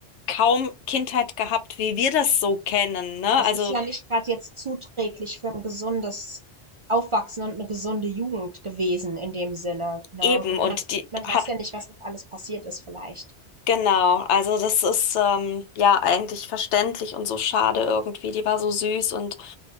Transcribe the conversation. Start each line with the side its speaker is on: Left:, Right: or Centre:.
Left: kaum Kindheit gehabt, wie wir das so kennen, ne?
Right: das
Left: Also
Right: ist ja nicht gerade jetzt zuträglich für ein gesundes Aufwachsen und eine gesunde Jugend gewesen in dem Sinne, ne?
Left: eben,
Right: Und
Left: und
Right: man
Left: die
Right: man
Left: hat
Right: weiß ja nicht, was noch alles passiert ist vielleicht.
Left: Genau, also das ist ähm, ja eigentlich verständlich und so schade irgendwie. Die war so süß und